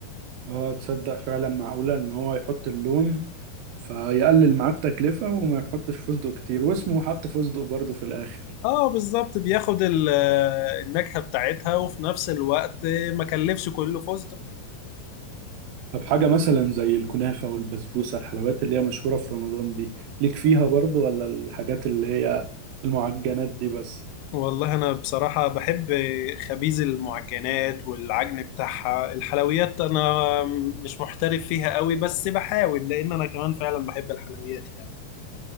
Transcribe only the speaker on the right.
اه تصدق فعلا معقولة ان هو يحط اللون فيقلل معاه التكلفة وما يحطش فستق كتير واسمه حط فستق برضه في الاخر
طب حاجة مثلا زي الكنافة والبسبوسة الحلويات اللي هي مشهورة في رمضان دي ليك فيها برضو ولا الحاجات اللي هي المعجنات دي بس